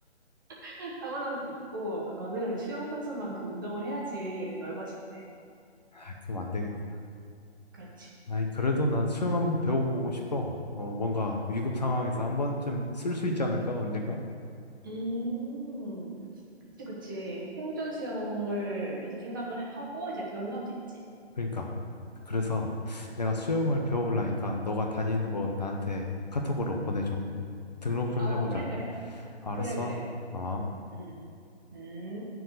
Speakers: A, on the right (about 20°); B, on the left (about 40°).
A: <laughs> 타고난 것도 있고, 그거는 수영 선수만큼 운동을 해야지 넓어진대.
B: 아, 그럼 안 되겠다.
A: 그렇지.
B: 아니, 그래도 난 수영 한번 배워보고 싶어. 어, 뭔가 위급 상황에서 한 번쯤 쓸 수 있지 않을까? 언젠가?
A: 음, 그치, 그치. 생존 수영을 이제 생각을 하고 이제 배우는 사람도 있지.
B: 그러니까. 그래서 내가 수영을 배워보려니까 너가 다니는 곳 나한테 카톡으로 보내줘. 음, 등록 좀
A: 어,
B: 해보자.
A: 그래, 그래.
B: 알았어?
A: 그래, 그래, 그래.
B: 어.
A: 음, 음.